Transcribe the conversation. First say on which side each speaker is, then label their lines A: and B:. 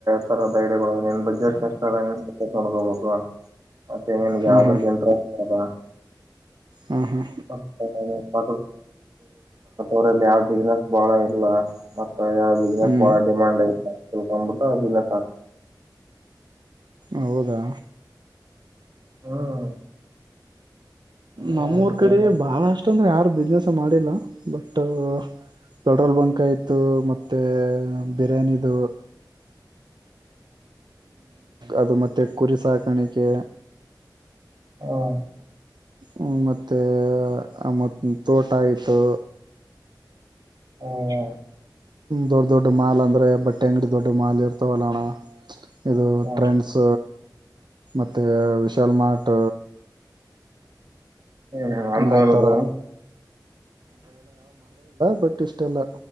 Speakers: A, on the right; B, on the right.
A: ತರದನ್ ಬಜೆಟ್ <unintelligible> ತೊಂಡ್ಕೋಬೇಕು ಮತ್ತೆನ್ಗೆ
B: ಹಾ
A: ಯಾವ್ದಲ್ಲಿ
B: ಹಾ
A: ಇಂಟ್ರೆಸ್ಟ್ ಅದ <unintelligible>
B: ಹಾ ಹಾ
A: ಅ್ರಲ್ಲಿ ಯಾವ ಬಿಸ್ನೆಸ್ ಬಹಳ ಇಲ್ಲ ಮತ್ತ ಯಾವ ಬಿಸ್ನೆಸ್
B: ಹ್ಮ್
A: ಬಹಳ ಡಿಮ್ಯಾಂಡ್ ಐತ್ ತಿಳಕೋಬಿಟ್ಟು ಅದುಲ್ಲ
B: ಹೌದಾ
A: ಹ್ಮ್ ಹ್ಮ್
B: ನಮ್ಮೂರ್
A: ಹ್ಮ್
B: ಕಡೆ ಬಾಳ ಅಷ್ಟ ಅಂದ್ರೆ ಯಾರು ಬಿಸ್ನೆಸ್ ಮಾಡಿಲ್ಲ ಬಟ್ ಪೆಟ್ರೋಲ್ ಬಂಕಾಯ ಇತ್ತು ಮತ್ತೆ ಬಿರ್ಯಾನಿದು ಅದು ಮತ್ತೆ ಕುರಿ ಸಾಕಾಣಿಕೆ
A: ಹ್ಮ
B: ಹ್ಮ ಮತ್ತೆ ಮತ್ ತೋಟ ಆಯ್ತು
A: ಹ್ಮ
B: ದೊಡ್ಡ ದೊಡ್ಡ ಮಾಲ್ ಅಂದ್ರೆ ಬಟ್ಟೆ ಅಂಗಡಿ ದೊಡ್ಡ ಮಾಲ್ ಇರ್ತವಲ್ಲ ಅಣ್ಣಾ ಇದು
A: ಹ್ಮ್
B: ಟ್ರೆಂಡ್ಸ್ ಮತ್ತು ವಿಶಾಲ್ ಮಾರ್ಟ್
A: ಹ್ಮ್ ಅಂತವರದು
B: ಆ ಥರ ಬಟ್ ಇಷ್ಟ ಅಲ್ಲ